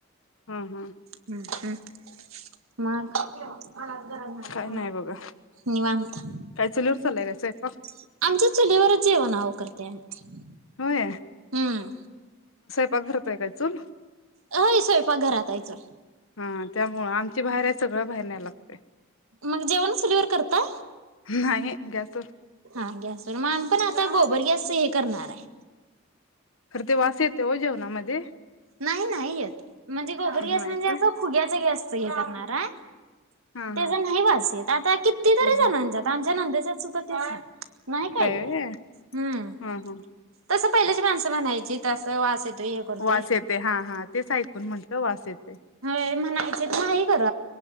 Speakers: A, on the left; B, on the right.
A: हा हा
B: हम्म हम् मग
A: काय नाही बघा
B: निवांत.....
A: काय चुलीवर चाललाय काय स्वयंपाक
B: आमच्यात चुलीवरच जेवण आव करतोय आम्ही.
A: होय
B: हम्म
A: <unintelligible> काय चुल?
B: हय स्वयंपाक घरात आहे चूल...
A: हां त्यामुळं आमची बाहेर आहे सगळं बाहेर न्यायला लागतय.
B: मग जेवण चुलवरी करता?
A: नाही गॅस
B: हा गॅसवर मग आमी पण आता गोबर गॅस सई हे करणार हाय.
A: खर ते वास येत. तो जेवणामध्ये
B: नाही नाही येत म्हणजे गोबर
A: नाही
B: गॅस म्हणजे
A: काय
B: असं फुग्याचा गॅस... सई हे करणार हाय.
A: हा हा
B: ते जा नाही वास येत आता किती तरी
A: हा हा
B: जणांच्यात आम आमच्या नंद्यच्यात सुद्धा तेच हाय. नाही का
A: हाय
B: हम्म
A: व्हय हा हा
B: तस पहिले... माणसं म्हणायची तसं वास येत.... ते ह करतेय.
A: वास येते हा हा तेच ऐकून म्हंटलं वास येते....
B: ते म्हणायचे नाही कर.....